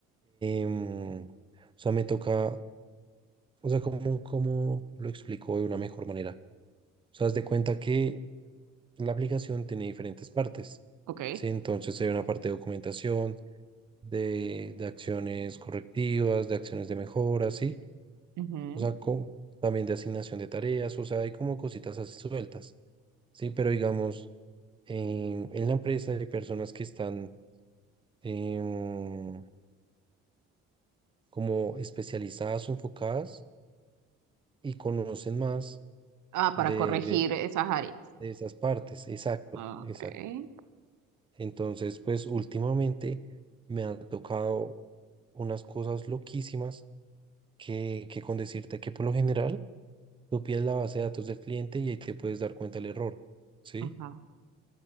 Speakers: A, on the right (about 15°); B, on the right (about 75°).
A: Em, o sea, me toca, o sea, ¿cómo, cómo lo explico de una mejor manera? O sea, haz de cuenta que La aplicación tiene diferentes partes,
B: Ok.
A: ¿sí? Entonces hay una parte de documentación, de, de acciones correctivas, de acciones de mejora, ¿sí?
B: Ujú.
A: O sea, co- también de asignación de tareas, o sea, hay como cositas así sueltas, ¿sí? Pero digamos, en, en la empresa hay personas que están em, como especializadas o enfocadas y conocen más
B: Ah,
A: de,
B: para corregir
A: de,
B: esas áreas.
A: de esas partes, exacto,
B: Ok.
A: exacto. Entonces, pues últimamente me ha tocado unas cosas loquísimas que, que con decirte que por lo general tú pides la base de datos del cliente y ahí te puedes dar cuenta del error, ¿sí?
B: Ajá.